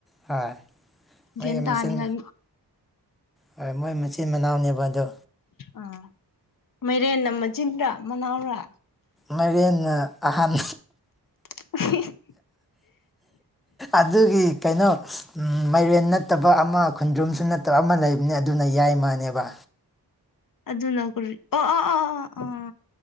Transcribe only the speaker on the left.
ꯒ꯭ꯌꯥꯟ ꯇꯥꯅꯤꯡꯉꯥꯏ
ꯑꯥꯡ ꯃꯥꯏꯔꯦꯟꯅ ꯃꯆꯤꯟꯔꯥ ꯃꯅꯥꯎꯔꯥ
<unintelligible>
ꯑꯗꯨꯅ ꯑꯣ ꯑꯣ ꯑꯣ